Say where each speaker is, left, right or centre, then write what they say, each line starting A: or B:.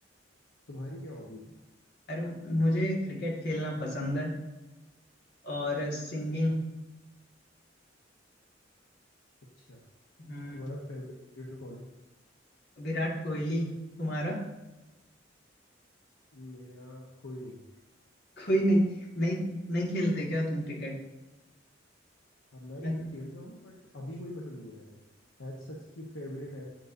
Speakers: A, on the left (about 75°); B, on the left (about 60°).
A: तुम्हारी क्या हॉबीज है
B: अरे मुझे क्रिकेट खेलना पसंद है और सिंगिंग
A: अच्छा
B: हम्म
A: तुम्हारा फेवरेट क्रिकेटर कौन है
B: विराट कोहली तुम्हारा
A: मेरा कोई नहीं
B: कोई नहीं नहीं नहीं खेलते क्या तुम क्रिकेट
A: अब मैं क्रिकेट
B: अच्छा
A: खेलता हूँ बट अभी कोई पसंद नहीं है ऐसे एज सच की फेवरेट है